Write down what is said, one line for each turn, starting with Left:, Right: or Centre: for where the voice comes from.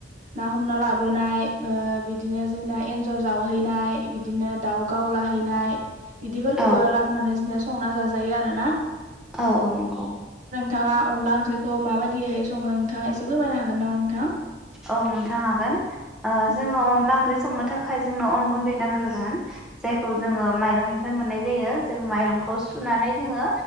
Right: ना हमना लाबोनाय ओ बिदिनो जोंना एन्जर जावहैनाय बिदिनो दाउ गावलाहैनाय बिदिफोरखौबो
Centre: औ
Right: लाबोनानै जोंनिया स संना जाजायो आरो ना
Centre: औ औ नंगौ
Right: थाङा अनला ओंख्रिखौ माबायदिहाय सङो नोंथाङा एसे फोरमायनो हागोन नामा नोंथां
Centre: औ नोंथां हागोन ओ
Right: औ
Centre: जोङो अनला ओंख्रि संनो फाय जोंनाव अन गुन्दै नांग्रोगोन जायखौ
Right: औ
Centre: जोङो माइरंनिफ्राय मोननाय जायो जों माइरं खौ सुनानै जोङो